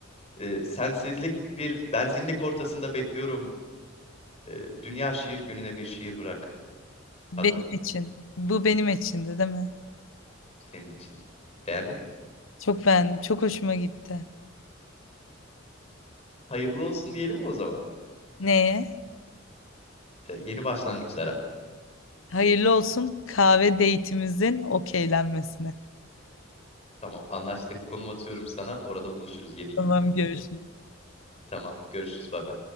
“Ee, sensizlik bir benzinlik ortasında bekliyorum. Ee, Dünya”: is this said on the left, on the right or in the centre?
Left